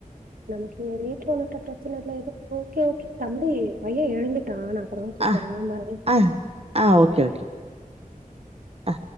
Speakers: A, on the right; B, on the right.
A: நமக்கு இங்க வீட்டு ஓனர் பிரச்சன இல்ல எது ஓகே ஓகே தம்பி பையே எழுந்துட்டா நா அப்பறோ கூப்பட்றே
B: ஆ
A: பாய்
B: ஆ ஆ ஓகே ஓகே அ